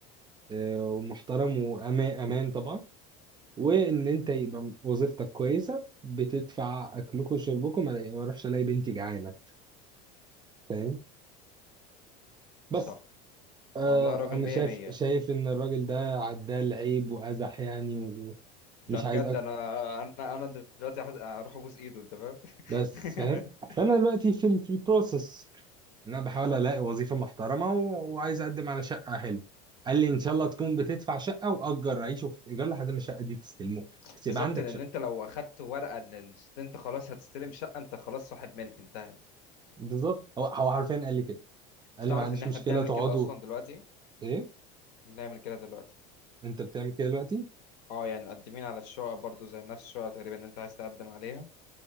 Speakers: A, on the right (about 20°); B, on the left (about 75°).
A: آه، ومحترم وامان طبعا وان
B: م.
A: انت يبقى وظيفتك كويسه بتدفع اكلكم وشربكم ما ما اروحش الاقي بنتي جعانه فاهم بس
B: صح
A: آه،
B: والله راجل
A: انا
B: مية
A: شايف
B: مية
A: شايف ان الراجل ده عدال عيب وازح يعني ومش
B: ده بجد
A: عايز أك...
B: انا انا انا دلوقتي حز- هروح ابوس ايده انت فاهم
A: بس
B: <laughs>
A: فاهم فانا دلوقتي في ال... في البروسس ان انا بحاول
B: صح
A: الاقي وظيفه محترمه و... وعايز اقدم على شقه حلوه قال لي ان شاء الله تكون بتدفع شقه واجر عيش وفي ايجار لحد ما الشقه دي تستلموه بس
B: بالظبط
A: يبقى عندك
B: لان
A: شقه
B: انت لو اخدت ورقه ان ال- انت خلاص هتستلم شقه انت خلاص صاحب ملك انتهت
A: بالظبط هو هو حرفيا قال لي كده
B: انت
A: قال
B: تعرف
A: لي ما عنديش
B: ان احنا
A: مشكله
B: بنعمل
A: تقعدوا
B: كده اصلا دلوقتي
A: ايه
B: بنعمل كده دلوقتي
A: انت بتعمل كده دلوقتي
B: اه يعني مقدمين على الشقق برضو زي نفس الشقه تقريبا اللي انت عايز تقدم عليها